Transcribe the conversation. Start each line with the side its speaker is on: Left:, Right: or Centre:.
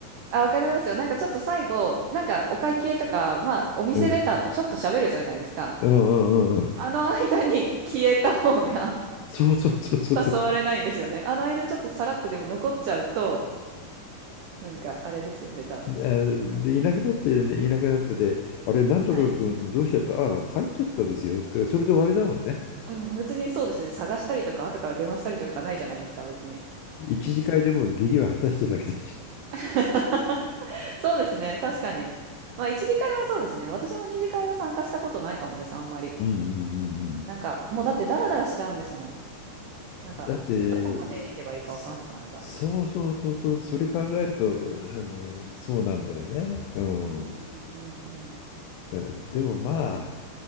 Right: あ、わかりますよ。なんかちょっと最後、なんかお会計とか、まあ、お店出た後ちょっと喋るじゃないですか。
Left: うん。うんうんうんうん。
Right: あの間に消えた方が
Left: そうそうそうそうそう。
Right: 誘われないんですよね。あの間ちょっとさらっとでも残っちゃうと、なんかあれですよね、多分。
Left: あで、いなくなって、ね、いなくなってて、あれ、なんとか君どうしちゃったああ、
Right: はい。
Left: 帰っちゃったですよ。って、それで終わりだもんね。
Right: うん、うん、別にそうですね、探したりとか、後から電話したりとかないじゃないですか、別に。
Left: 一次会でも義理は果たしてるわけだし。
Right: <laughs> そうですね、確かに。まあ、一次会はそうですね。私も二次会は参加したことないかもです、あんまり。
Left: うんうんうんうん。
Right: なんか、もうだってダラダラしちゃうんですもん。なんか、
Left: だって、
Right: どこまで行けばいいかわかんなくなっちゃ
Left: そそうそうそうそう、それ考えると、あの、そうなんだよね。うん。
Right: う。うんうんうんうん。
Left: でもまあ、
Right: うん